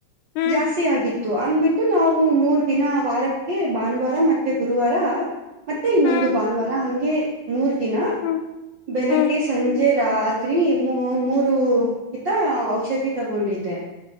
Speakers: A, on the left; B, on the right.
A: ಹ್ಮ್
B: ಜಾಸ್ತಿ ಆಗಿತ್ತು ಅಂದ್ಬಿಟ್ಟು ನಾವು ಮೂರ್ ದಿನ ವಾರಕ್ <unintelligible> ಭಾನುವಾರ ಮತ್ತೆ ಗುರುವಾರ ಮತ್ತೆ ಇನ್ನೊಂದು
A: ಹ್ಮ್
B: ಭಾನುವಾರ ಹಂಗೆ ಮೂರ್ ದಿನ
A: ಹ್ಮ್
B: ಬೆಳಗ್ಗೆ
A: ಹ್ಮ್
B: ಸಂಜೆ ರಾತ್ರಿ ಮೂರು ಇತ್ತ ಔಷಧಿ <unintelligible> ತಗೊಂಡಿದ್ದೆ